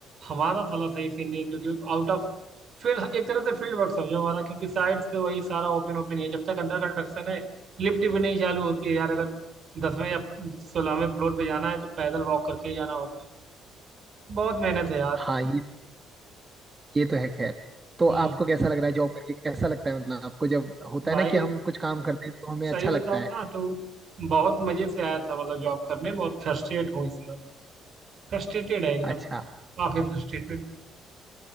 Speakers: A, on the right; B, on the right.
A: हमारा साला सही सीन नहीं क्योंकि आउट ऑफ फील्ड एक तरह से फील्ड वर्क समझो हमारा क्योंकि साइड से वही सारा ओपन ओपन है जब तक अंडर कंस्ट्रक्शन है लिफ्ट भी नहीं चालू होती है यार अगर दसवें या सोलहवें फ्लोर पे जाना है तो पैदल वॉक करके ही जाना होता है बहुत मेहनत है यार
B: हाँ ये ये तो है खैर तो
A: हम्म
B: आपको कैसा लग रहा है जॉब करके कैसा लगता है मतलब आपको जब होता
A: भाई
B: है ना कि हम कुछ काम करते हैं तो हमें
A: सही
B: अच्छा
A: बताऊं
B: लगता है
A: ना तो बहुत मजे से आया था मतलब जॉब करने बहुत फ्रस्ट्रेट हूँ इसमें फ्रस्ट्रेटेड है एकदम
B: अच्छा
A: काफी फ्रस्ट्रेटेड